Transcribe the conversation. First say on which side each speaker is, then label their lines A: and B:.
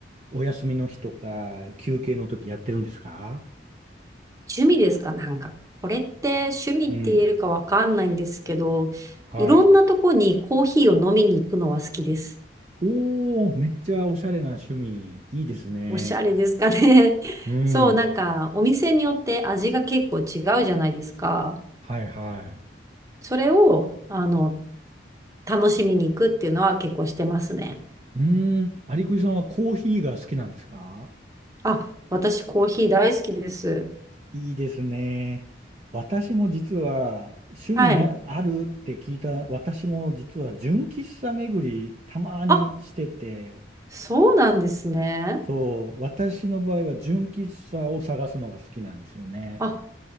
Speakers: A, on the right; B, on the right.
A: お休みの日とか休憩の時やってるんですか
B: 趣味ですかなんか、これって趣味って言えるかわかんないんですけど、
A: うん。はい。
B: いろんなとこにコーヒーを飲みに行くのは好きです。
A: おー、めっちゃおしゃれな趣味、いいですね。
B: おしゃれですかね。<laughs>
A: うん。
B: そう、なんか、お店によって味が結構違うじゃないですか。
A: はいはい。
B: それを、あの、楽しみに行くっていうのは結構してますね。
A: うーん。アリクイさんはコーヒーが好きなんですか
B: あ、私コーヒー大好きです。
A: いいですね。私も実は趣味な、
B: はい。
A: あるって聞いた、私も実は純喫茶巡りたまにしてて、
B: あ、そうなんですね。
A: そう、私の場合は純喫茶を探すのが好きなんですよね。
B: あ、